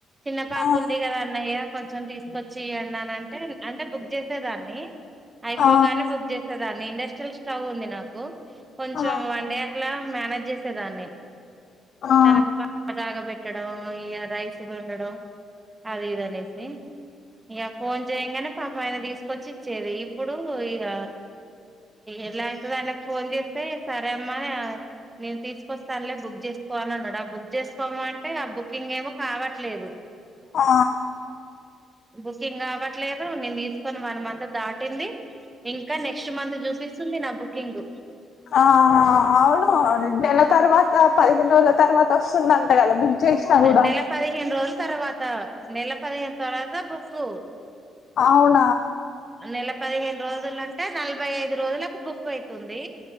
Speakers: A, on the right; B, on the left.
A: చిన్న పాప
B: ఆ
A: ఉంది కదా అన్నయ్య కొంచెం తీసుకొచ్చి ఈయండి అని అంటే అంటే బుక్ చేసేదాన్ని అయిపోగానే
B: ఆ
A: బుక్ చేయి ఇక దాన్ని ఇండస్ట్రియల్ స్టవ్ ఉంది నాకు కొంచెం
B: ఆ
A: వన్ డే అట్లా మేనేజ్ చేసేదాన్ని
B: ఆ
A: తనకు పాలు కాగ పెట్టడం ఇక రైస్ వండడం అది ఇదనేసి ఇక ఫోన్ చేయంగానే పాపం ఆయన తీసుకొచ్చి ఇచ్చేది ఇప్పుడు ఇక ఎలా అవుతుందాన ఫోన్ చేస్తే సరే అమ్మ నేను తీసుకొస్తానులే బుక్ చేసుకో అని అన్నాడు ఆ బుక్ చేసుకోమంటే ఆ బుకింగ్ ఏమో కావట్లేదు
B: ఆ
A: బుకింగ్ కావట్లేదు నేను తీసుకొని వన్ మంత్ దాటింది ఇంకా నెక్ నెక్స్ట్ మంత్ చూపిస్తుంది నా బుకింగు
B: ఆ అవును నెల తర్వాత పదిహేను రోజుల తర్వాత వస్తుందంట కదా బుక్ చేసినా కూడా
A: నెల పదిహేను రోజుల తర్వాత నెల పదిహేను తర్వాత బుకు
B: ఆవును
A: నెల పదిహేను రోజులు అంటే నలభై ఐ దు రోజులకు బుక్ అవుతుంది